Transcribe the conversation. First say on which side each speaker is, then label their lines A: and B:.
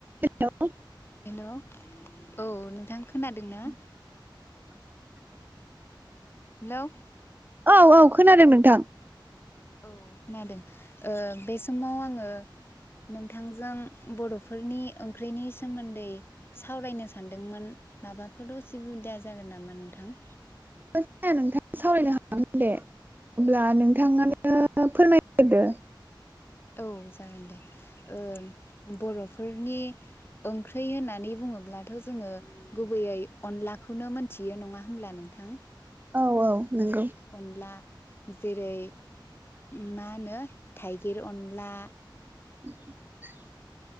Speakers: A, on the right (about 25°); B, on the left (about 30°).
A: हेल'
B: hello औ नोंथां खोनादों ना?
A: औ
B: हेल'
A: औ औ खोनादों नोंथां।
B: औ खोनादों ओ बे समाव आङो नोंथांजों बर'फोरनि ओंख्रिनि सोमोन्दै सावरायनो सानदोंमोन माबाफोर असुबिदा जागोन नामा नोंथां?
A: <unintelligible> सावरायनो हागोन दे अब्ला नोंथाङानो फोरमायग्रोदो
B: औ जागोन दे ओ बर'फोरनि ओंख्रै होननानै बुङोब्लाथ' जोङो गुबैयै अनलाखौनो मोनथियो नङा होमब्ला नोंथां
A: औ औ नोंगौ।
B: अनला जेरै ओ मा होनो थाइगिर अनला
A: <inaudible>